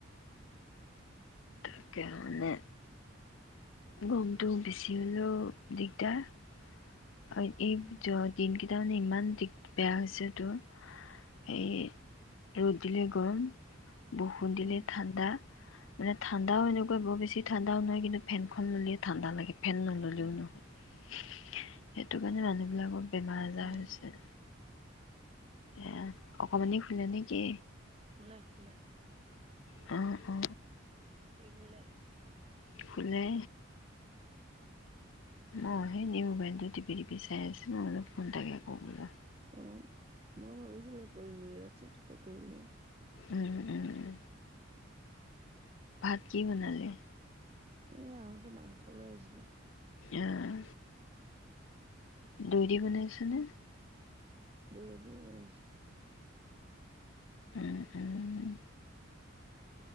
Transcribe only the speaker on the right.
উম
উম
উম
উম
শুলে শুলে।
ইংলেণ্ড
অ মই ভাবিছিলো কৰি মেলি আজৰি, নকৰিলে
এও আহোঁতে মাংস লৈ আহিছিলে
দৈ দি বনাইছোঁ।